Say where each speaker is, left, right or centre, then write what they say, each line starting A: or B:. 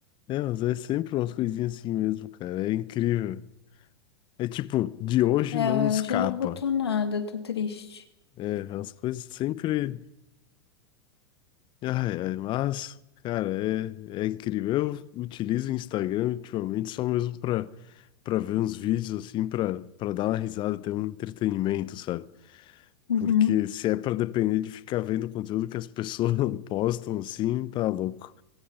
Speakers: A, on the left (about 35°); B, on the left (about 80°).
A: É, mas é sempre umas coisinhas assim mesmo, cara. É incrível. É tipo, de hoje
B: É,
A: não escapa.
B: hoje não botou nada, eu tô triste.
A: É, as coisas sempre. Ai, ai, mas, cara, é, é incrível. Eu utilizo o Instagram ultimamente só mesmo pra, pra ver uns vídeos, assim, pra, pra dar uma risada, ter um entretenimento, sabe?
B: Uhum.
A: Porque se é pra depender de ficar vendo o conteúdo que as pessoas <laughs> não postam, assim, tá louco.